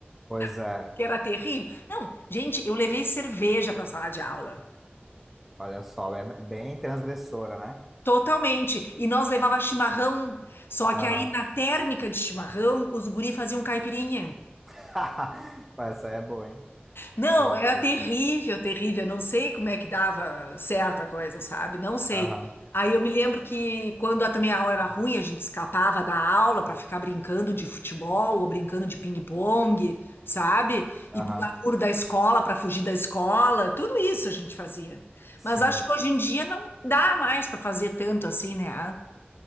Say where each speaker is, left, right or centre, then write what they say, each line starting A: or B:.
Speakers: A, in the centre; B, on the left (about 65°).
A: Pois é.
B: <laughs> que era terrível. Não, gente, eu levei cerveja para a sala de aula.
A: Olha só, é bem transgressora, né?
B: Totalmente. E nós levava chimarrão. Só
A: Aham.
B: que aí, na térmica de chimarrão, os guri faziam caipirinha.
A: <laughs> Pô, Essa aí é boa, hein?
B: Não,
A: Meu
B: era
A: Deus.
B: terrível, terrível. Eu não sei como é que dava certa coisa, sabe? Não sei.
A: Aham.
B: Aí eu me lembro que quando a- também a aula era ruim, a gente escapava da aula para ficar brincando de futebol ou brincando de ping-pong, sabe? E
A: Aham.
B: pular muro da escola para fugir da escola. Tudo isso a gente fazia.
A: Sim.
B: Mas acho que hoje em dia não dá mais para fazer tanto assim, né? Ah,